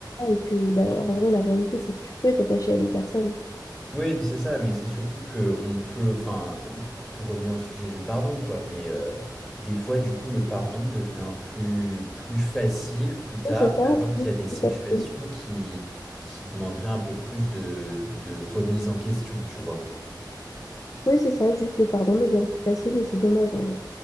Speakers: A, on the left; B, in the centre.
A: et que, bah, en vrai, la réalité, c'est que tu peux t'attacher à des personnes.
B: Oui, c'est ça, mais c'est surtout que on peut, enfin, pour revenir au sujet du pardon, quoi, mais euh, des fois, du coup, le pardon devient plus, plus facile plus tard,
A: Oui, c'est ça,
B: alors qu'il
A: c'est
B: y
A: juste
B: a des situations
A: plus facile.
B: qui, qui demanderaient un peu plus de, de remise en question, tu vois.
A: Oui, c'est ça, juste le pardon devient plus facile et c'est dommageant.